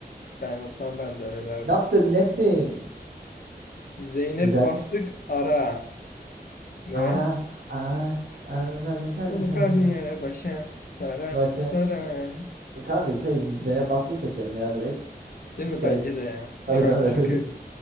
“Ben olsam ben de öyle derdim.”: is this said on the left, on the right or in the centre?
Left